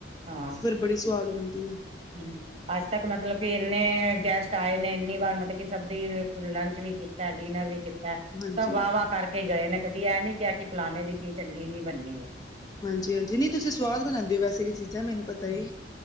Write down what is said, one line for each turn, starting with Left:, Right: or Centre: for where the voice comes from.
Right: ਹਾਂ
Left: ਫਿਰ ਬੜੀ ਸੁਆਦ ਬਣਦੀ ਏ।
Right: ਹੂੰ। ਅੱਜ ਤੱਕ ਮਤਲਬ ਕਿ ਇੰਨੇ ਗੈਸਟ ਆਏ ਨੇ, ਇੰਨੀ ਵਾਰ ਮਤਲਬ ਕਿ ਸਭ ਦੀ ਲੰਚ ਵੀ ਡਿਨਰ ਵੀ ਕੀਤਾ।
Left: ਹਾਂਜੀ।
Right: ਸਭ ਵਾਹ ਵਾਹ ਕਰਕੇ ਗਏ, ਨੇ ਕਦੀ ਇਹ ਨੀ ਕਿਹਾ ਕਿ ਫਲਾਨੇ ਦੀ ਚੀਜ਼ ਚੰਗੀ ਨਹੀਂ ਬੰਨੀ।
Left: ਹਾਂਜੀ, ਹਾਂਜੀ, ਨਹੀਂ ਤੁਸੀਂ ਸਵਾਦ ਬਣਾਉਂਦੇ ਹੋ ਵੈਸੇ ਵੀ ਚੀਜ਼ਾਂ ਮੈਨੂੰ ਪਤਾ ਏ।